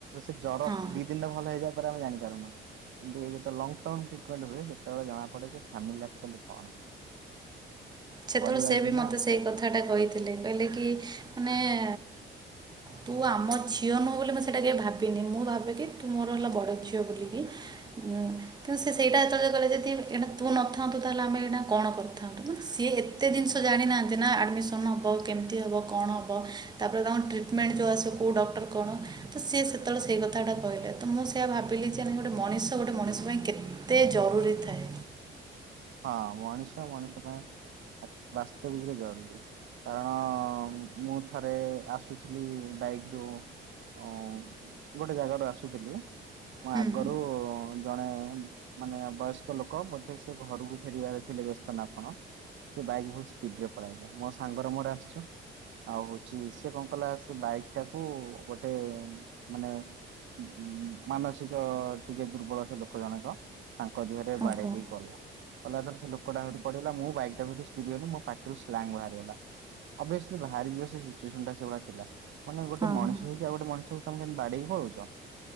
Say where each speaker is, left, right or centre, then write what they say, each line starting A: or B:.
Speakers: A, on the right; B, on the right.
A: ସେ ଜର
B: ହଁ
A: ଦି ଦିନରେ ଭଲ ହେଇଯାଏ ତାର ଆମେ ଜାଣିପାରୁନୁ ଏମତି ହେଇଯାଏ। ଯେତୋଳେ ଲଙ୍ଗ ଟର୍ମ ଟ୍ରିଟମେଣ୍ଟ ହୁଏ ସେତେବେଳେ ଜଣାପଡେ ଯେ ଫ୍ୟାମିଲି ଆକଚୋଲି କଣ?
B: ସେତୋଳେ
A: ପରିବାର
B: ସେ
A: ବିନା
B: ବି ମୋତେ ସେଇ କଥାଟା କହିଥିଲେ କହିଲେ କି ମାନେ ଏ ତୁ ଆମ ଝିଅ ନୁହଁ ବୋଲି ମୁଁ ସେଇଟା କେବେ ଭାବିନି ମୁଁ ଭାବେ କିି ତୁ ମୋର ହେଲା ବଡ଼ ଝିଅ ବୋଲିକି। ଉଁ କିନ୍ତୁ ସେ ସେଇଟା ଯେତୋଳେ କହିଲେ ଯଦି ଏଇନା ତୁ ନଥାନ୍ତୁ ତାହେଲେ ଆମେ ଏଇନା କଣ କରିଥାନ୍ତୁ ମୁଁ ସିଏ ଏତେ ଜିନିଷ ଜାଣିନାହାନ୍ତି ନା ଆଡ଼ମିସନ୍ ହବ କେମତି ହବ କଣ ହବ। ତାପରେ ତାଙ୍କ ଟ୍ରିଟମେଣ୍ଟ ଯୋଉ ଆସିବ କୋଉ ଡକ୍ଟର କଣ ତ ସିଏ ସେତୋଳେ ସେଇ କଥାଟା କହିଲେ ତ ମୁଁ ସେଇଆ ଭାବିଲି ଯେ ଗୋଟେ ମଣିଷ ଗୋଟେ ମଣିଷ ପାଇଁ କେ ତେ ଜରୁରୀ ଥାଏ।
A: ହଁ ମଣିଷ ମଣିଷ ପାଇଁ ଆ ବାସ୍ତବିତରେ ଜରୁରୀ। କାରଣ ମୁଁ ଥରେ ଆସୁଥିଲି ବାଇକରୁ ଅଁ ଗୋଟେ ଜାଗାରୁ ଆସୁଥିଲି ମୁଁ
B: ହୁଁ
A: ଆଗରୁ ଜଣେ ମାନେ ବୟସ୍କ ଲୋକ ବୋଧେ ସେ ଘରୁକୁ ଫେରିବାରେ ଥିଲେ ବ୍ୟସ୍ତ ନା କଣ। ସେ ବାଇକ୍ ବୋହୁତ ସ୍ପିଡରେ ପଳେଇଲା ମୋ ସାଙ୍ଗର ମୋର ଆସଚୁ। ଆଉ ହୋଉଚି ସେ କଣ କଲା ସେ ବାଇକଟାକୁ ଗୋଟେ ମାନେ ଉ ଉ ମାନସିକ ଟିକେ ଦୁର୍ବଳ ସେ ଲୋକ ଜଣଙ୍କ ତାଙ୍କ ଦେହରେ ବାଡେଇ
B: ଓହୋ
A: ଦେଇ ପଳଲା। କଲା ଯେତେଳେ ସେ ଲୋକଟା ହେଠୁ ପଡ଼ିଗଲା ମୁଁ ବାଇକଟା ବି ହେଠୁ ସ୍ପିଡ଼ି ଗଲି ମୋ ପାଟିରୁ ସ୍ଲାଙ୍ଗ ବାହାରିଗଲା। ଅବଶ୍ୟ ବାହାରି ଯିବ ସେ ସିଚୁଏସନଟା ସେଭଳିଆ ଥିଲା କଣ ନା ଗୋଟେ
B: ହଁ ହଁ
A: ମଣିଷ ହେଇ କି ଆଉ ଗୋଟେ ମଣିଷକୁ ତମେ କେମି ବାଡ଼େଇକି ପଳୋଉଚ।